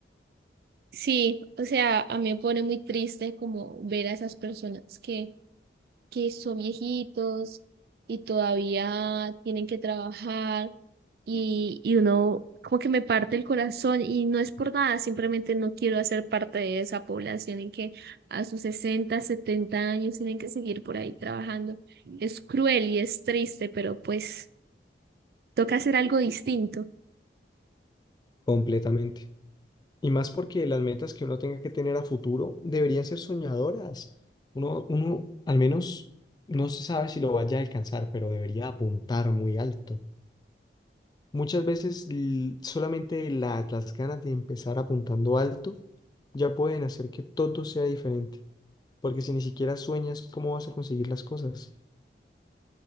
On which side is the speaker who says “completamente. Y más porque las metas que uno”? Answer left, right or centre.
Left